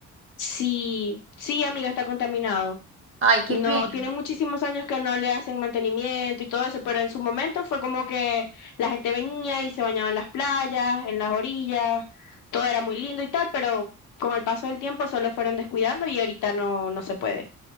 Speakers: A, on the left; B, on the right.
A: sí, sí, amiga, está contaminado.
B: Ay, qué
A: No,
B: pena.
A: tiene muchísimos años que no le hacen mantenimiento y todo eso, pero en su momento fue como que la gente venía y se bañaba en las playas, en las orillas, todo era muy lindo y tal, pero con el paso del tiempo solo fueron descuidando y ahorita no, no se puede.